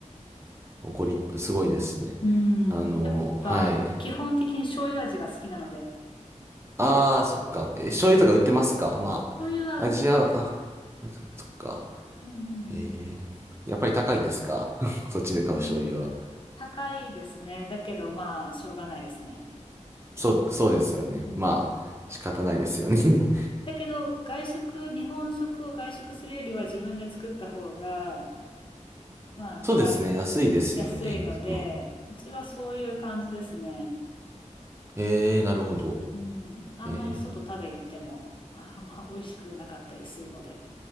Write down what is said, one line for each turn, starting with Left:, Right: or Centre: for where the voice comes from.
Right: ご立派、すごいですね。
Left: うん。
Right: あの、
Left: やっぱ、
Right: はい。
Left: 基本的に醤油味が好きなので、
Right: ああ、そっか。え、醤油とか売ってますかまあ、
Left: 醤油は売ってます。
Right: アジア、あ、そっか。
Left: うん
Right: ええ、
Left: うん
Right: やっぱり高いですか <laughs> そっちで買う醤油は。
Left: うん。うん高いですね。だけど、まあ、しょうがないですね。
Right: そう、そうですよね。
Left: うん。
Right: まあ、仕方ないですよね。<laughs>
Left: だけど、外食、日本食を外食するよりは自分で作った方が、まあ、手軽、
Right: そうですね。安いですよね。
Left: や安いので、
Right: まあ、
Left: うちはそういう感じですね。
Right: ええ、なるほど。
Left: うん。あんまり外食べ行っても、
Right: ええ
Left: ああんま美味しくなかったりするので。